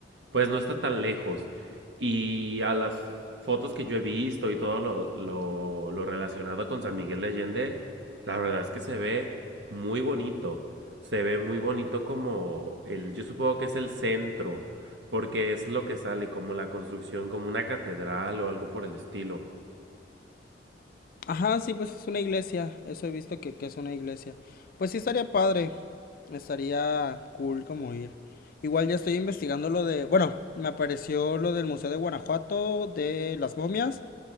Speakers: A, on the right (about 75°); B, on the left (about 55°).
A: pues no está tan lejos. Y a las fotos que yo he visto y todo lo, lo, lo relacionado con San Miguel de Allende, la verdad es que se ve muy bonito. Se ve muy bonito como el, yo supongo que es el centro, porque es lo que sale, como la construcción, como una catedral o algo por el estilo.
B: Ajá, sí, pues es una iglesia. Eso he visto que, que es una iglesia. Pues sí, estaría padre. Estaría cool como ir. Igual ya estoy investigando lo de... Bueno, me apareció lo del Museo de Guanajuato, de las momias,